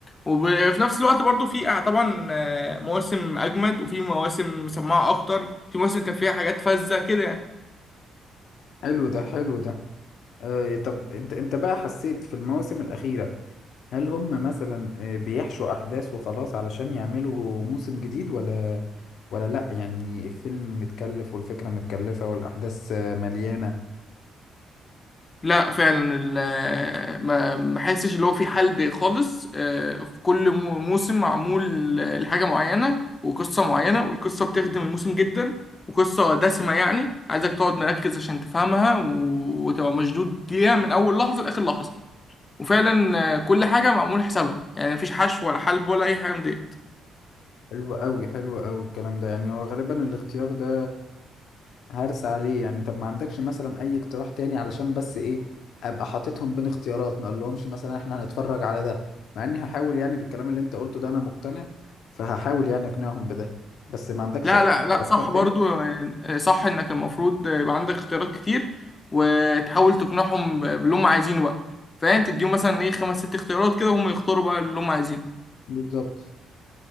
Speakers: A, on the left (about 20°); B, on the left (about 65°).
A: وفي نفس الوقت برضو في آه، طبعا آه، مواسم اجمد وفي مواسم مسمعه اكتر في مواسم كان فيها حاجات فذة كده يعني
B: حلو ده حلو ده آه طب انت انت بقى حسيت في المواسم الاخيره هل هم مثلا آه، بيحشوا احداث وخلاص علشان يعملوا موسم جديد ولا ولا لا يعني الفيلم متكلف والفكرة متكلفة والاحداث آه، مليانة
A: لا فعلا ال- ما ما حسش اللي هو في حل خالص آه، في كل مو- موسم معمول آه، لحاجة معينة وقصة معينة والقصة بتخدم الموسم جدا وقصة دسمة يعني عايزك تقعد مركز عشان تفهمها و- وتبقى مشدود ليها من أول لحظة لآخر لحظة وفعلا آه، كل حاجة معمول حسابها يعني مفيش حشو ولا حلب ولا أي حاجة من دي
B: حلو قوي حلو قوي الكلام ده يعني هو غالبا الاختيار ده هرس عليه يعني طب ما عندكش مثلا اي اقتراح تاني علشان بس ايه ابقى حاططهم بين اختيارات ما اقولهمش مثلا احنا هنتفرج على ده مع اني هحاول يعني بالكلام اللي انت قلته ده انا مقتنع فهحاول يعني اقنعهم بده بس ما عندكش
A: لا
B: اي
A: لا لا
B: افكار
A: صح
B: تاني
A: برضو يعني صح انك المفروض يبقى عندك اختيارات كتير وتحاول تقنعهم ب- باللي هم عايزينه بقى فاهم تديهم مثلا ايه خمس ست اختيارات كده وهم يختاروا بقى اللي هم عايزينه
B: بالظبط